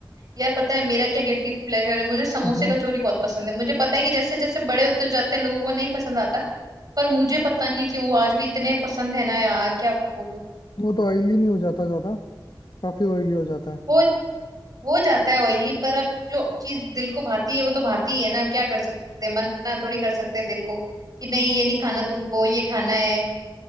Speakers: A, on the right (about 45°); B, on the left (about 55°).
A: यार पता है मेरा क्या गिल्टी प्लेजर है मुझे समोसे
B: हम्म
A: कचौरी बहुत पसंद है मुझे पता है कि जैसे जैसे बड़े होते जाते हैं लोगों को नहीं पसंद आता पर मुझे पता नहीं क्यों वो आज भी इतने पसंद है ना यार क्या बोलूं
B: वो तो ऑयली नहीं हो जाता ज्यादा काफी ऑयली हो जाता है
A: हो हो जाता है ऑयली पर अब जो चीज दिल को भाती है वो तो भाती ही है ना अब क्या कर सकते हैं मना थोड़ी कर सकते हैं दिल को कि नहीं ये नहीं खाना तुमको ये खाना है